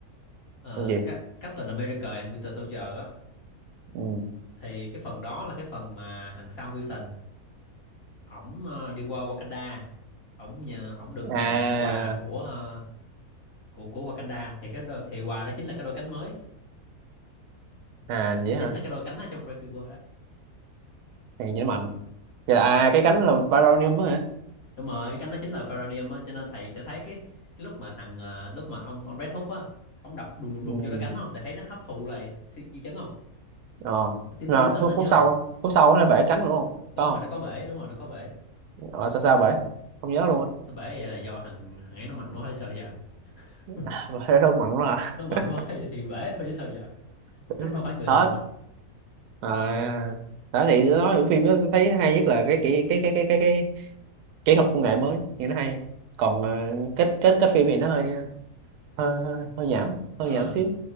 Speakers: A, on the left; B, on the right.
A: ờ,
B: Còn gì
A: Ca- Captain America and Winter Soldier á
B: ừ.
A: thì cái phần đó là cái phần mà thằng Sam Wilson ổng ờ, đi qua Wakanda ổng nhờ ổng được
B: à
A: nhận quà của à, của của Wakanda thì cái đôi, thì quà đó chính là cái đôi cánh mới
B: à vậy hả
A: chính là cái đôi cánh ở trong Brave New World đó
B: thì vậy mạnh vậy là à cái cánh là vibranium đó hả
A: đúng rồi cái cánh đó chính là Vibranium á cho nên thầy sẽ thấy cái cái lúc mà thằng à, lúc mà ông ông Red Hook á ông đập đùng đùng đùng
B: ừ.
A: vô đôi cánh không thầy thấy nó hấp thụ lại sự dư chấn không
B: ờ
A: nó tím
B: à,
A: tím lên
B: khúc
A: đó nhớ
B: khúc sau
A: không
B: á. khúc sau nó bể cánh rồi đúng không
A: đúng
B: có
A: rồi
B: không
A: nó có bể đúng rồi nó có bể
B: Ờ, sao sao bể không nhớ
A: nó,
B: luôn á
A: nó bể là do thằng thằng ấy nó mạnh quá hay sao giờ <laughs>
B: <laughs> bể rất mạnh lắm
A: nó mạnh
B: à
A: quá thì thì bể thôi chứ sao giờ
B: <laughs>
A: nó đâu phải người
B: Hết
A: thường đâu
B: à đó thì nói những phim đó tôi thấy hay nhất là cái kỹ cái cái cái cái cái kỹ thuật công nghệ mới thì nó hay còn ờ, kết kết kết phim thì nó hơi hơi hơi, hơi nhảm
A: ờ
B: hơi nhảm xíu